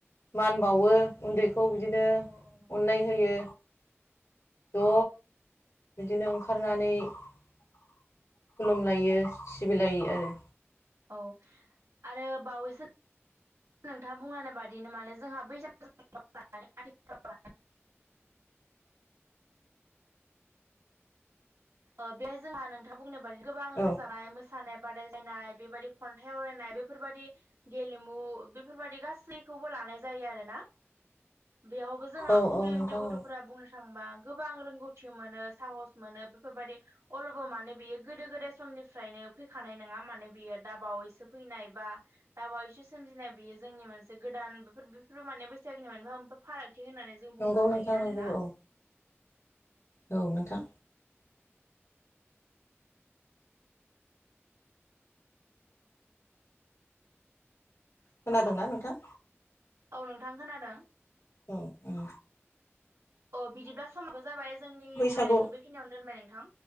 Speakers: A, on the left; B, on the right.
A: मान बावो उन्दै खौ बिदिनो
B: नंगौ
A: अननाय होयो ज'
B: औ
A: बिदिनो ओंखारनानै खुलुमलायो सिबिलायो आरो
B: औ आरो बावैसो नोंथाङा बुंनानै बादिनो मानोे जोंहा बैसागुखौ लानानै <inaudible> ओ <inaudible> बेहाय जोंहा नोंथां बुंनाय बायदि गोबां
A: औ
B: रोजाबानाय मो मोसानाय बादाय जायनाय बेबायदि खन्थाइ आवरायनाय बेफोर बायदि गेलेमु बेफोर बायदि गासैखौ खौबो लानाय जायो आरोना बेयावबो जोंहा
A: औ
B: उन्दै
A: औ नोंथां
B: उन्दै गथ'फोरा
A: औ
B: बुंनो थाङोबा गोबां रोंगौथि मोनो साहस मोनो बेफोर बायदि अलबो माने बियो गोदो गोदाय समनिफ्रायनो फैखानाय नङा माने बियो दा बावैसो फै नाय बा दबावैसो सोमजिनाय बियो जोंनि मोनसे गोदान बेफोर बेफोर माने बैसागुनि मोनफा मोनफा फाग थि होननानै जों बुंनो
A: नंगौ नोंथां
B: हायो
A: नंगौ
B: आरो ना
A: औ औ नोंथां खोनादों ना नोंथां?
B: औ नोंथां खोनादों
A: औ औ
B: अ बिदिब्ला समाबो जाबाय जोंनि
A: बैसागु
B: सावरायनायखौ बेखिनियावनो दोनबाय नों थां